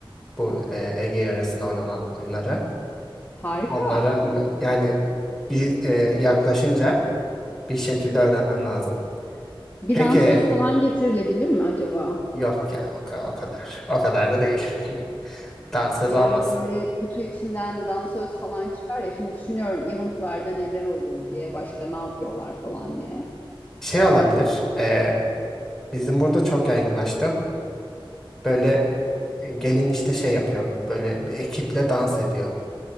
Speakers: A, in the centre; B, on the left.
A: Bu e, Ege yöresinde oynanan oyunları.
B: Harika.
A: Onlara m- yani bir e, yaklaşınca bir şekilde öğrenmem lazım.
B: Bir
A: Peki
B: dansöz falan getirilebilir mi acaba?
A: yok ya o, ka- o kadar. O kadar da değil. Dansöz
B: Yani
A: olmaz.
B: böyle kutu içinden dansöz falan çıkar ya. Şimdi düşünüyorum eventlarda neler oluyor diye, başka ne yapıyorlar falan diye.
A: Şey olabilir.
B: Ee,
A: e, bizim burada çok yaygınlaştı. Böyle e, gelin işte şey yapıyor. Böyle bir ekiple dans ediyor.